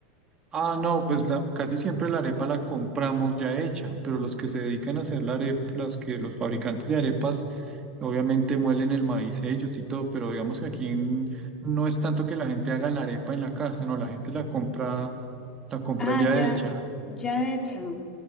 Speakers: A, on the right (about 25°); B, on the left (about 20°).
A: Ah, no, pues la- casi siempre la arepa la compramos ya hecha, pero los que se dedican a hacer la arepa, los que los fabricantes de arepas, obviamente muelen el maíz ellos y todo, pero digamos que aquí en- no es tanto que la gente haga la arepa en la casa, no, la gente la compra, la compra
B: Ah,
A: ya
B: ya,
A: hecha.
B: ya hecho.